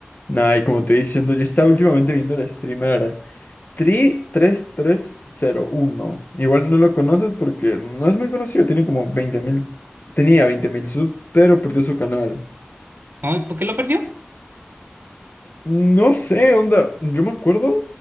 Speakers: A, on the left; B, on the right.
A: Nah, y como te estoy diciendo, yo estaba últimamente viendo el streamer tri tres tres cero uno Igual no lo conoces porque no es muy conocido, tiene como veinte mil tenía 20.000 subs, pero perdió su canal.
B: Ay, ¿por qué lo perdió?
A: No sé, onda, yo me acuerdo